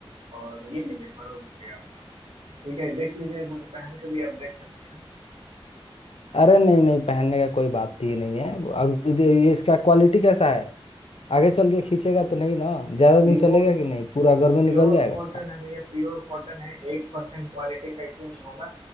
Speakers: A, on the right (about 80°); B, on the left (about 85°).
A: और ये लीजिए मरून हो गया आपका ठीक है देख लीजिए एक बार पहन के भी आप देख सकते हैं
B: अरे नहीं नहीं पहनने का कोई बात ही नहीं है अभी दे- ये इसका क्वालिटी कैसा है आगे चल के खींचेगा तो नहीं ना ज्यादा दिन
A: प्योर
B: चलेगा कि नहीं पूरा घर में
A: प्योर
B: निकल जाएगा
A: कॉटन है भैया प्योर कॉटन है एक परसेंट क्वालिटी का इशू नहीं होगा